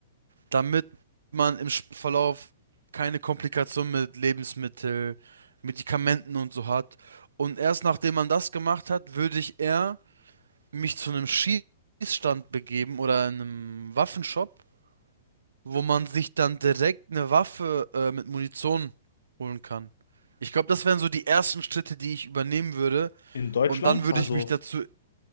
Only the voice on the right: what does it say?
damit man im Sp- Verlauf keine Komplikationen mit Lebensmittel, Medikamenten und so hat. Und erst nachdem man das gemacht hat, würde ich eher mich zu einem Schießstand begeben oder einem Waffenshop, wo man sich dann direkt eine Waffe äh, mit Munition holen kann. Ich glaube, das wären so die ersten Schritte, die ich übernehmen würde.
Und dann würde
ich mich dazu.